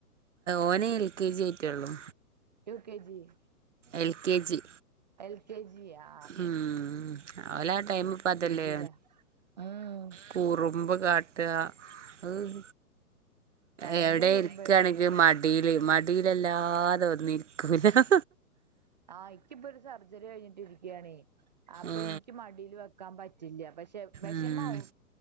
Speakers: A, on the right (about 50°); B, on the right (about 25°).
A: ഓന് എൽ കെ ജി ആയിട്ടള്ളൂ
B: U K G
A: L K G
B: L K ജിയാ
A: ഉം ഓല ടൈം ഇപ്പതലേ
B: ജിയിലാ ഉം
A: കുറുമ്പ് കാട്ട ഉം
B: ഭയങ്കര
A: എവിടെ
B: കുറുമ്പന്നെയാ
A: ഇരിക്കയാണെങ്കിൽ മടിയില് മടിൽല്ലാതെ വന്ന് ഇരിക്കും ല്ല
B: ആഹ എൻക്ക്പ്പൊ ഒരു സർജറി കഴിഞ്ഞിട്ടി ഇരികാണേ അപ്പൊ
A: ഏ
B: ഇനിക്ക് മടിൽ വെക്കാൻ പ റ്റില്ല പക്ഷെ വെഷമാവും
A: ഉം